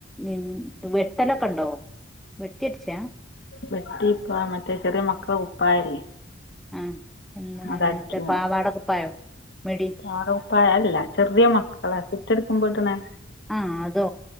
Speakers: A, in the centre; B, on the left.
A: ഹ്മ്. ട് വെട്ടലൊക്കണ്ടോ വെട്ടി അട്ച്ചാ.
B: വെട്ടിപ്പ ഇപ്പാ മറ്റേ ചെറിയ മക്കള കുപ്പായല്ലേ.
A: ആഹ് എന്ന
B: അതടിക്കുന്നു
A: ആ മറ്റെ പാവാടകുപ്പായം മിഡി.
B: പാവാട കുപ്പായം അയ് അല്ല ചെറിയ മക്കളെ പെറ്റെടുക്കുമ്പോ ഇട്ണെ.
A: ആഹ് അതോ?